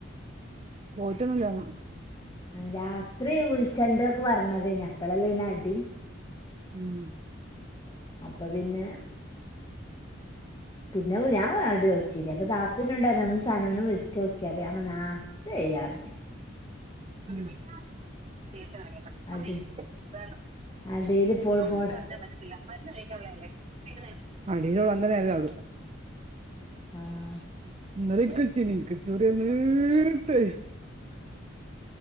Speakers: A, on the right; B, on the left.
A: പോയിറ്റൊന്നില്ലാന്നേ
B: രാത്രി വിളിച്ചണ്ടാ ഒക്കെ പറഞ്ഞതേനി അപ്പളല്ലേ പിന്നെ അടി
A: ഉം
B: അപ്പൊ പിന്നെ പിന്നെ ഞാൻ വട് ചോച്ച ശരി അപ്പൊ താത്തില് ഉണ്ടായിരോന്ന് സനോനും വിളിച്ചു നോക്കിയ അപ്പ അമ്മനാ ചെയ്യാറ
A: നേച്ച ഇറങ്ങിയതാ
B: അട്
A: അമ്മേ വേണം
B: അടീല് ഇപ്പോൾ
A: അങ്ങനെ
B: ഫോൺ
A: ഒന്നും
B: എടുക്ക
A: പറഞ്ഞാൽ പറ്റത്തില്ല മരുന്നു കഴിക്കാനുള്ളതല്ലേ അടിയിലോളു എന്റെ നേരാടൂ
B: ആഹ്
A: നല കച്ചി നീക്ക് ചെറിയ നീരിട്ടേ